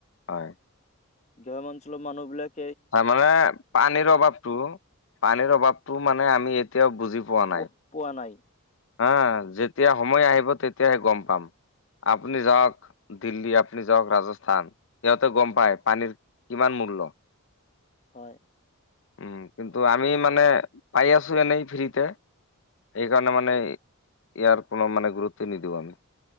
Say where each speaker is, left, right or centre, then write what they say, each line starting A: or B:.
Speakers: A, on the left (about 60°); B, on the left (about 30°).
A: হয়
B: গ্ৰাম অঞ্চলৰ মানুহবিলাক
A: হয় মানে পানীৰ অভাৱটো পানীৰ অভাৱটো মানে আমি এতিয়াও বুজি পোৱা
B: প
A: নাই।
B: পোৱা নাই
A: হা যেতিয়া সময় আহিব তেতিয়াহে গম পাম। আপুনি যাওক দিল্লী আপুনি যাওক ৰাজস্থান সিহঁতে গম পায় পানীৰ কিমান মূল্য
B: হয়।
A: উম কিন্তু আমি মানে পাই আছো এনেই ফ্ৰীতে সেইকাৰণে মানে ইয়াৰ কোনো মানে গুৰুত্বই নিদিওঁ আমি